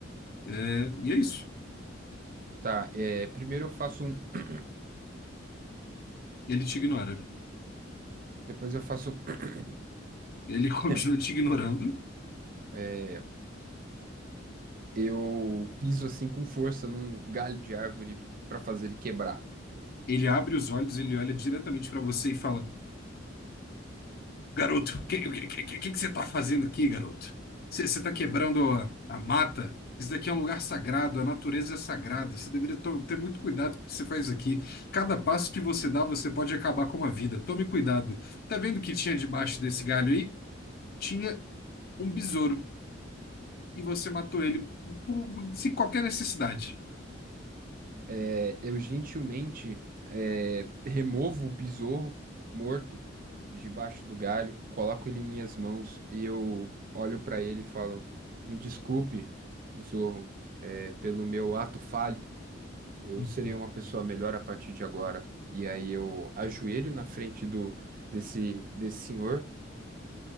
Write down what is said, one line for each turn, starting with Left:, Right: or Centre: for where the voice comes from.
Left: É, e é isso.
Right: Tá, é, primeiro eu faço um. <coughs>
Left: Ele te ignora.
Right: <clears throat> Depois eu faço um. <coughs>
Left: Ele <laughs> continua
Right: <clears throat>
Left: te ignorando.
Right: É, Eu piso assim com força num galho de árvore para fazer ele quebrar.
Left: Ele abre os olhos, ele olha diretamente pra você e fala: Garoto, o que, que, que, que, que você está fazendo aqui, garoto? Você está quebrando a, a mata? Isso daqui é um lugar sagrado, a natureza é sagrada. Você deveria to- ter muito cuidado com o que você faz aqui. Cada passo que você dá, você pode acabar com uma vida. Tome cuidado. Tá vendo o que tinha debaixo desse galho aí? Tinha um besouro e você matou ele por- sem qualquer necessidade.
Right: É, eu gentilmente é, removo o besouro morto de debaixo do galho, coloco ele em minhas mãos e eu olho para ele e falo: Me desculpe, besouro, é, pelo meu ato falho. Eu
Left: <laughs>
Right: serei uma pessoa melhor a partir de agora. E aí eu ajoelho na frente do desse desse senhor